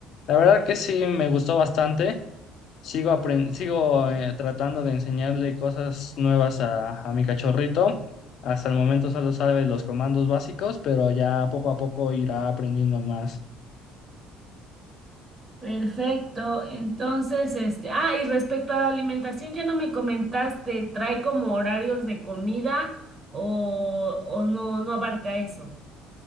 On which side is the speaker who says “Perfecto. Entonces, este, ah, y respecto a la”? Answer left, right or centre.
Right